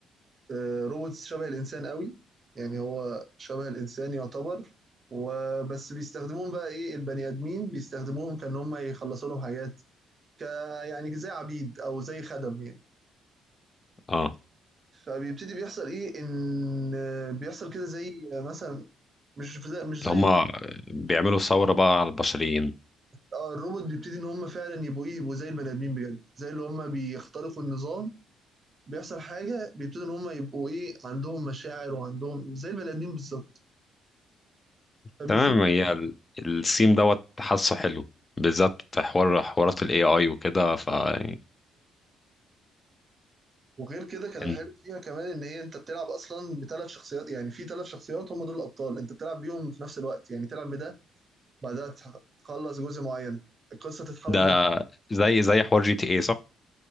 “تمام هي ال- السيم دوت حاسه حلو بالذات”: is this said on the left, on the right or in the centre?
Left